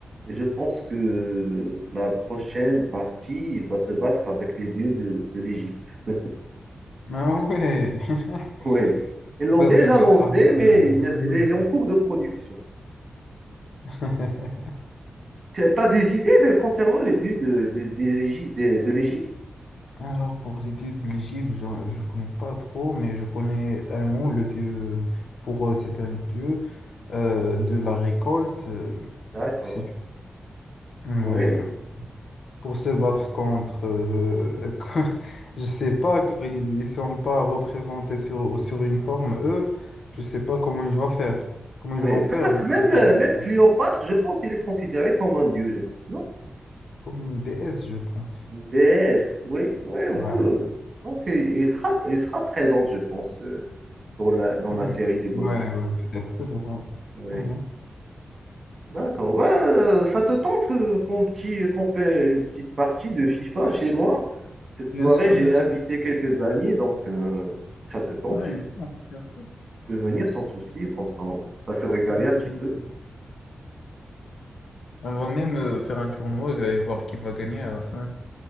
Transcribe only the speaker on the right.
Et Je pense que la prochaine partie il va se battre avec les dieux de, de l'Égypte. <laughs>
Oui, ils l'ont
déjà
lancé,
mais
il
n'est- elle est en cours de production.
Tu as des idées de- concernant les dieux de, de, des Égy- des- de l'Égypte?
D'accord.
Oui.
Oui,
peut-être même,
euh,
même Cléopâtre, je pense qu'il est considéré comme un dieu, je pense, non?
Une déesse, oui, oui, on
peut. Donc, il il sera, il sera présent, je pense, euh, pour la, dans
la série de God
of
War.
Oui.
D'accord. Bah, euh, ça te tente euh, qu'on petit, qu'on fait une petite partie de FIFA chez moi? Cette
soirée,
j'ai
invité quelques amis, donc euh, si ça te tente,
tu
peux venir sans souci, comme ça on va se régaler
un petit peu.